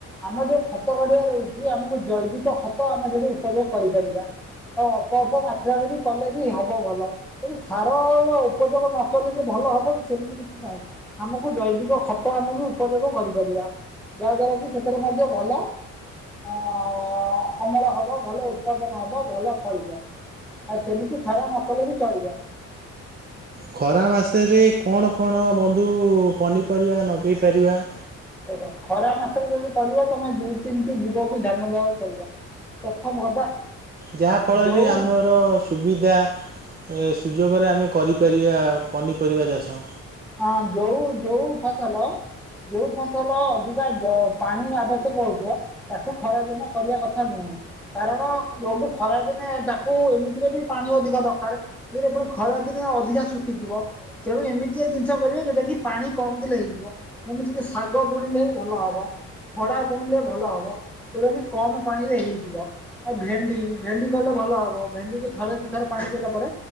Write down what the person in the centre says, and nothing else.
ଆମର ଯୋଉ ଖତ ଗଡିଆ ରହୁଛି ଆମକୁ ଜୈବିକ ଖତ ଆମେ ସେଠି ଉପଯୋଗ କରିପାରିବା। ଆଉ ଅଳ୍ପ ଅଳ୍ପ ମାତ୍ରାରେ ବି କଲେ ବି ହବ ଭଲ। ତେଣୁ ସାର ଉପଯୋଗ ନକଲେ ବି ଭଲ ହବନି ସେମିତି କିଛି ନାହିଁ ।ଆମକୁ ଜୈବିକ ଖତ ବି ଆମେ ଉପଯୋଗ କରିପାରିବା। ଯାହାଦ୍ୱାରା କି ସେଥିରେ ମଧ୍ୟ ଭଲ ଆଁ ଅମଳ ହବ ଭଲ ଉତ୍ପାଦନ ହବ ଭଲ ଫଳିବ। ଆ ସେମିତି ସାର ନପଡିଲେ ବି ଚଳିବ।
ଦେଖ ଖରା ମାସରେ ଯଦି କରିବ। ତମେ ଦୁଇ ତିନି ଟି ଦିଗକୁ ଧ୍ୟାନ ଦେବାକୁ ପଡିବ ।ପ୍ରଥମ କଥା
ଯୋଉ
ହଁ ଯୋଉ ଯୋଉ ଫସଲ ଯୋଉ ଫସଲ ଅଧିକା ପାଣି ଜ ଆବଶ୍ୟକ ହଉଥିବ ତାକୁ ଖରାଦିନେ କରିବା କଥା ନୁହେଁ ।କାରଣ ଯୋଉଠୁ ଖରାଦିନେ ତାକୁ ଏମିତିରେ ବି ପାଣି ଅଧିକା ଦରକାର। ଯଭ ଖରାଦିନେ ଅଧିକା ଶୁଖିଯିବ ତେଣୁ ଏମିତି ଗୋଟିଏ ଜିନିଷ କରିବେ ଯେଉଁଟାକି ପାଣି କମ୍ ଦେଲେ ହେଇଯିବ ।ଏମିତିକି ଶାଗ ବୁଣିଲେ ଭଲ ହେବ ଖଡ଼ା ବୁଣିଲେ ଭଲ ହେବ। ଯେଉଁଟାକି କମ ପାଣିରେ ହେଇଯିବ ଆଉ ଭେଣ୍ଡି ଭେଣ୍ଡି କହିଲେ ଭଲ ହେବ ଭେଣ୍ଡିକୁ ଥରେ ଦୁଇ ଥରେ ପାଣି ଦେଲା ପରେ